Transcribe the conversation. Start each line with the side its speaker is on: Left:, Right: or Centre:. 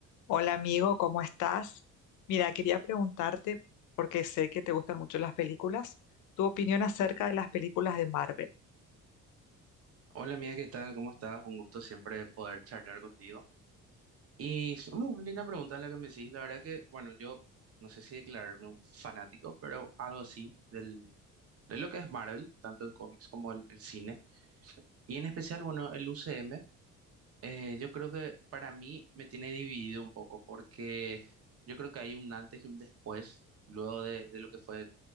Left: Hola amigo, ¿cómo estás? Mira, quería preguntarte, porque sé que te gustan mucho las películas, tu opinión acerca de las películas de Marvel.
Right: Hola mía, ¿qué tal? ¿Cómo estás? Un gusto siempre poder charlar contigo. Y s- uh, linda pregunta la que me hiciste. La verdad que, bueno, yo no sé si declararme un fanático, pero algo así del, de lo que es Marvel, tanto en cómics como el, el cine. Y en especial, bueno, el UCM, eh, yo creo que para mí me tiene dividido un poco, porque yo creo que hay un antes y un después, luego de, de lo que fue,